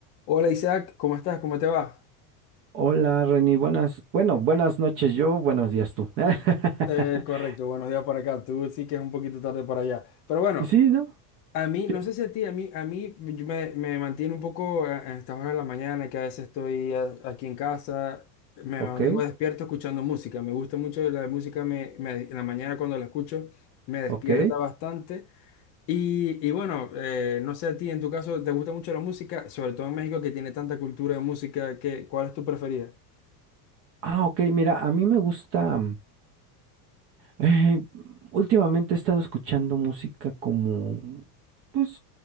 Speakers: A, on the left; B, on the right.
A: Hola Isaac, ¿cómo estás? ¿Cómo te va?
B: Hola, Reni, buenas, bueno, buenas noches yo, buenos días tú. <laughs>
A: Eh, correcto, buenos días por acá. Tú sí que es un poquito tarde por allá. Pero bueno,
B: Sí, ¿no?
A: a mí,
B: Sí.
A: no sé si a ti, a mí, a mí yo me, me mantiene un poco a, a estas horas de la mañana, que a veces estoy a- aquí en casa, me
B: Ok,
A: mantengo despierto escuchando música. Me gusta mucho la música, me, me- en la mañana cuando la escucho me despierta
B: ok.
A: bastante. Y, y bueno, eh, no sé a ti, en tu caso, ¿te gusta mucho la música? Sobre todo en México que tiene tanta cultura de música, que, ¿cuál es tu preferida?
B: Ah, ok, mira, a mí me gusta, mm, eh, últimamente he estado escuchando música como, pues,